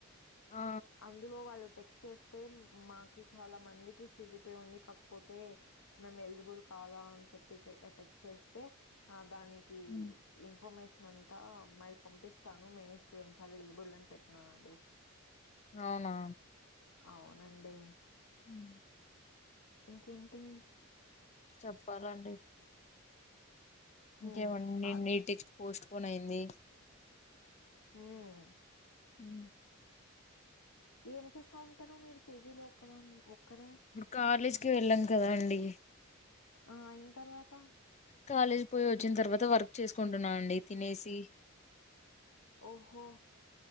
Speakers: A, on the left; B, on the left.
A: ఆ
B: అందులో వాళ్ళు టెస్ట్ చేస్ మాకి చాలా మందికి సిజిపే ఉంది కాకపోతే మేము ఎలిజిబుల్ కాదా అని చెప్పి టెక్స్ చేస్తే దానికి
A: హ్మ్.
B: ఇన్ఫర్మేషన్ అంతా మల్లి పంపిస్తాను మెయిన్ స్టూడెంట్స్ ఎలిజిబుల్ అని పెట్టినాడు
A: అవునా
B: అవునండి
A: ఉ
B: ఇంకేంటి
A: చెప్పాలండి
B: హ్మ్
A: ఇంకేమన్నీ
B: అద్
A: నీట్ టెక్స్ట్ పోస్ట్ పోన్ అయింది
B: హుమ్
A: ఉ
B: ఏం చేస్తా ఉంటారు మీరు పేజీ లో ఒక్కదాన్ ఒక్కరే
A: కాలేజ్కి వెళ్ళాం కదా అండి
B: ఆ అయిన తర్వాత
A: కాలేజ్ పోయి వచ్చిన తర్వాత వర్క్ చేసుకుంటున్నా అండి తినేసి
B: ఓహో